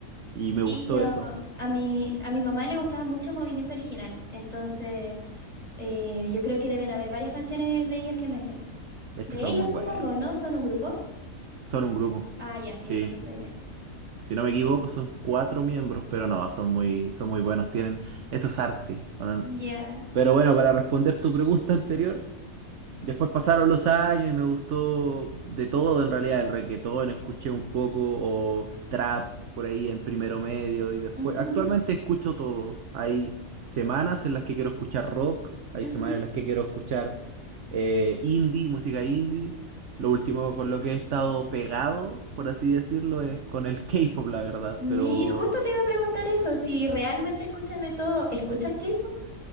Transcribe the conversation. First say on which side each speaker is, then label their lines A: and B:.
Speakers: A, on the right; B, on the right.
A: y me
B: Y
A: gustó
B: yo,
A: eso.
B: a mi, a mi mamá le gustaba mucho Movimiento Original, entonces eh, yo creo que deben haber varias canciones de ellos que me sé.
A: Es
B: De
A: que son
B: ellos
A: muy
B: supongo,
A: buenos.
B: ¿no? ¿Son un grupo?
A: Son un grupo.
B: Ah, ya, sí,
A: Sí.
B: entonces estoy bien.
A: Si no me equivoco, son cuatro miembros, pero no, son muy, son muy buenos, tienen esos artes. ¿no?
B: Ya.
A: Pero bueno, para responder tu pregunta anterior, después pasaron los años y me gustó de todo en realidad, el reguetón, escuché un poco, o trap por ahí en primero medio, y después,
B: Ujú,
A: actualmente
B: ujú.
A: escucho todo. Hay semanas en las que quiero escuchar rock, hay
B: <laughs>
A: semanas en las que quiero escuchar eh, indie, música indie. Lo último con lo que he estado pegado, por así decirlo, es con el K-pop, la verdad.
B: Mi,
A: Pero
B: justo te iba a preguntar eso, si realmente escuchas de todo, ¿escuchas K-pop?